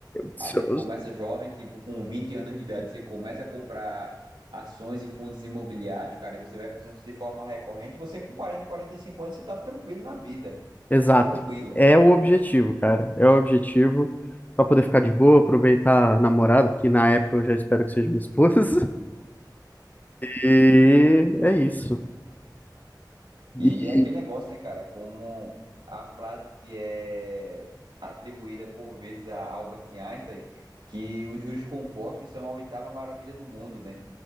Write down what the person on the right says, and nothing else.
A gente
começa jovem, tipo, com 20 anos de idade, você começa a comprar ações e fundos imobiliários, cara, e você vai fazendo isso de forma recorrente, você com quarenta, quarenta e cinco anos, você tá tranquilo na vida,
tranquilo.
E é aquele negócio, né, cara, como a frase que é atribuída por vezes a Albert Einstein, que os juros compostos são a oitava maravilha do mundo, né?